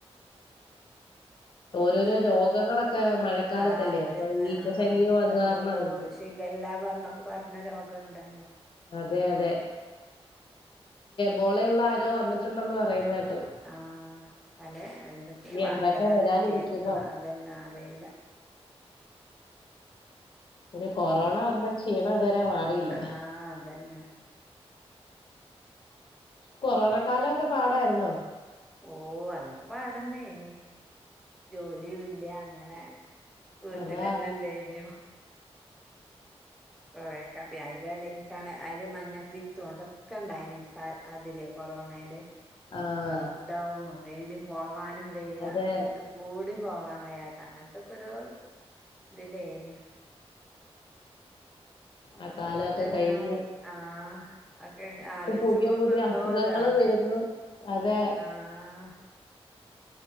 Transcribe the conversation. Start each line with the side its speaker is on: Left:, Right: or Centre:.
Centre: പിന്നെ
Left: ഓരോരോ രോഗങ്ങളൊക്കെ മഴക്കാലത്തല്ലേ
Centre: ആഹ് അതന്നെ
Left: അപ്പൊ ഈച്ച
Centre: ആഹ്
Left: ശല്യവും അത്
Centre: എന്തക്കോ
Left: കാരണായിരിക്കും
Centre: എല്ലാം പറന്നൊക്കെ പറഞ്ഞ രോഗം ഉണ്ടല്ലോ
Left: അതെ അതെ ബോളെയുള്ള ആരോ വന്നിട്ടുണ്ടെന്ന് പറയുന്നത കേട്ട്
Centre: ആഹ് പല എന്തൊക്കെ
Left: ഇനി
Centre: വാർത്തൽ
Left: എന്തൊക്കെ
Centre: അങ്ങ്
Left: വരാനിരിക്കുന്നോ
Centre: കേക്കണം അതന്നെ അറിയില്ല
Left: ഒരു കൊറോണ
Centre: പിന്നെ
Left: വന്ന ക്ഷീണം ഇതുവരെ മാറില്ല
Centre: ആഹ് അതന്നെ
Left: കൊറോണ കാലമൊക്കെ പാടായിരുന്നോ?
Centre: ഓഹ് അതൊക്കെ പാടന്നനി ജോലിയല്ല അങ്ങനെ വീട്ടിലന്നെല്ല
Left: അതാ
Centre: നയോ കൊറെേക്ക അല ഇ കാ അല് മഞ്ഞപ്പിത്തും അതൊക്കെ ഉണ്ടായി അതില് കൊറോണയില്
Left: ആഹ്
Centre: ലോക്ക്ഡൗണും എഴുതും പോവാനും വയ്യ
Left: അതെ
Centre: വീട്ട കൂടും പോവാൻ കഴിയാത്ത അങ്ങനത്തൊക്കെ ഒരു ഇതിലന്
Left: അഹ് കാലൊക്കെ
Centre: അതൊക്കെ എങ്ങനെ
Left: കഴിഞ്ഞ്
Centre: ആഹ് ഒക്കെ
Left: ഇപ്പ
Centre: ആലോചിച്ചുമ്പോ
Left: പുതിയ പുതിയ
Centre: ഇപ്പൊ എന്തോരാണ്
Left: അസുഖങ്ങൾ വരുന്നു അതെ.
Centre: ആഹ്